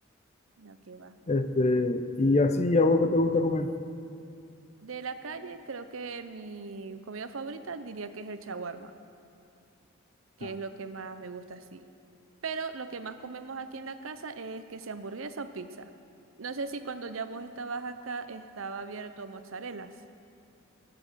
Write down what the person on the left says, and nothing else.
Este, y así, ¿a vos qué te gusta comer?
Ah,